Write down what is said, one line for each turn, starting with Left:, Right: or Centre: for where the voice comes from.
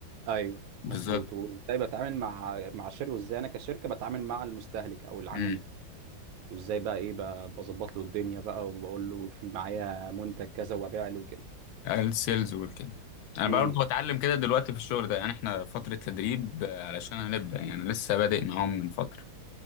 Right: ايوه
Left: بالظبط
Right: مظبوط وازاي بتعامل مع مع الشركه وازاي انا كشركه بتعامل مع المستهلك او العميل
Left: امم
Right: وازاي بقى ايه ب- بظبط له الدنيا بقى وبقول له في معايا منتج كذا وابيع له كده
Left: السيلز والكده انا
Right: امم
Left: برضو بتعلم كده دلوقتي في الشغل ده يعني احنا فترة تدريب آه، علشان هنبدأ يعني لسه بادئ معاهم من فترة